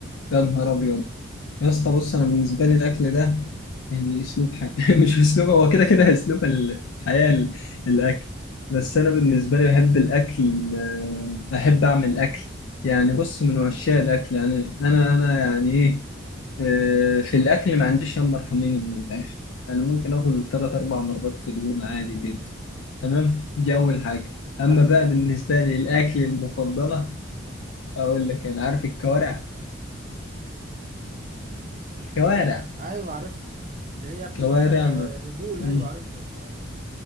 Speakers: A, on the left; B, on the right.
A: يا نهار أبيض يا اسطى بص أنا بالنسبة لي الأكل ده يعني أسلوب حياة <laughs> مش أسلوب هو كده كده أسلوب الحياة ال- الأكل بس أنا بالنسبة لي بحب الأكل آه، أحب أعمل أكل يعني بص من عشاق الأكل أنا أنا أنا يعني إيه آه، في الأكل ما عنديش يوم مرحمين من الآخر أنا ممكن آكل تلات أربع مرات في اليوم عادي جدا تمام دي أول حاجة أما
B: حلو
A: بقى
B: ده
A: بالنسبة لي الأكل المفضلة أقول لك أنا عارف الكوارع
B: الكوارع
A: كوارع
B: ايوه عارفها اللي هي بتبقى
A: كوارع مع
B: رجول
A: مم.
B: ايوه عارفها الكوارع